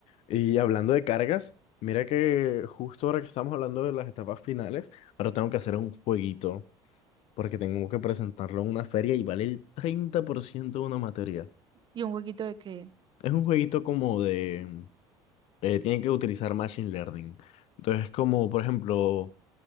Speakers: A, on the left; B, on the right.
A: Y hablando de cargas, mira que justo ahora que estamos hablando de las etapas finales, ahora tengo que hacer un jueguito. porque tengo que presentarlo en una feria y vale el 30% de una materia.
B: ¿Y un jueguito de qué?
A: Es un jueguito como de... eh, tiene que utilizar Machine Learning. Entonces, como por ejemplo,